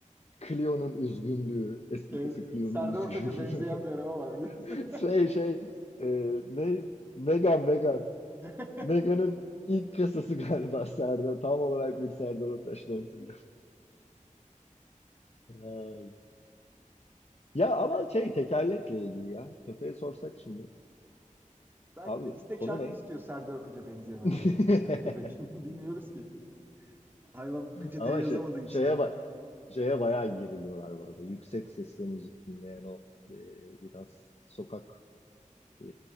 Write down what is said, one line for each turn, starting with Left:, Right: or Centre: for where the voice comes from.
Left: Clio'nun üzgünlüğü, eski
Right: Evet,
Left: kızı Clio'nun
Right: Serdar
Left: üzgünlüğü.
Right: Ortaç'a benzeyen bir araba var biliyorsun.
Left: <laughs> Şey şey e, ne Megan Megan.
Right: <laughs>
Left: Megan'ın ilk kasası galiba Serdar. Tam olarak bir Serdar Ortaç doğru söylüyor. Vay. Ya ama
Right: Yani
Left: şey tekerlekle ilgili ya. Köpeğe sorsak şimdi.
Right: belki
Left: Abi
Right: de istek
Left: konu
Right: şarkı
Left: ne?
Right: istiyor Serdar Ortaç'a benzeyen arabadan
Left: <laughs>
Right: yani o köpek. <laughs> Bilmiyoruz ki. Hayvan peçeteye
Left: Ama
Right: yazamadığı
Left: şey,
Right: için.
Left: şeye bak şeye bayağı geriliyorlar bu arada. Yüksek sesle müzik dinleyen o e, biraz sokak e,